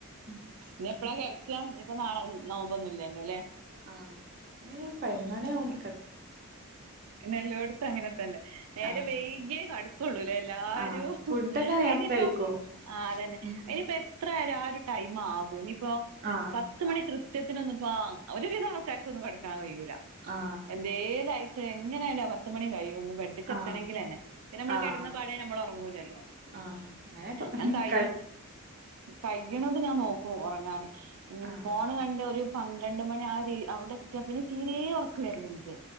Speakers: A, on the right; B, on the right.
A: ഉം
B: ഇനി
A: പിന്നെ
B: എപ്പഴാ കെട്ക്ക ഇനിയിപ്പ നാളെ നോമ്പൊന്നും ഇല്ലല്ലോ ല്ലേ
A: ആ എ പയിനൊന്നണിയാവും
B: എല്ലോട്ത്ത് അങ്ങനെ തന്നെ നേരം
A: ആ
B: വെയ്ക്കിയെ കടു കൊള്ളൂല എല്ലാരും
A: ആ ഫുഡൊക്കെ നേരത്തെ
B: അയിനിപ്പ
A: കഴിക്കും
B: ആ അതന്നെ
A: ഉം
B: അയിനിപ്പ എത്ര ആ ഒരു ടൈം ആകും ഇനിയിപ്പോ
A: ആ
B: പത്ത് മണി കൃ ത്യത്തിനൊന്നും ഒരു വിധം ആൾക്കാർക്കൊന്നും കെട്ക്കാൻ കയ്യൂല
A: ആ
B: എന്തേലയിട്ട് എങ്ങനൊയാല പത്തുമണി കഴിയോന്നും ബെഡ്ക്ക
A: ആ
B: എത്തണങ്കിലെന്നെ പിന്നെ നമ്മള്
A: ആ
B: കെടന്ന
A: ആ
B: പാടേ നമ്മള് ഉറങ്ങൂലല്ലോ
A: ആഹ് അങ്ങനെ
B: ഞാൻ കയ്യ
A: ക
B: കഴ്യണത് ഞാൻ നോക്ക ഉറങ്ങാൻ
A: ആഹ്
B: ഫോണ് കണ്ട ഒരു പന്ത്രണ്ട് മണി ആ അവിടെ എത്തിയാ പിന്നെ തീരേ ഒർക്ക് വര് ല്ല ഇന്ക്